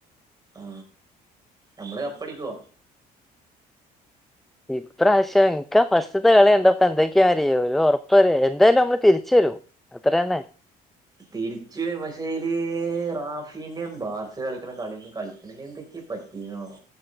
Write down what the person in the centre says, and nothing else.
ഇപ്പ്രാവശ്യം ഇൻക്കാ ഫസ്റ്റ്ത്തെ കളികണ്ടപ്പൊ എന്തൊക്കെയാരി ഒരു ഉറപ്പര് എന്തായാലും മ്മള് തിരിച്ച വരും അത്ര തന്നെ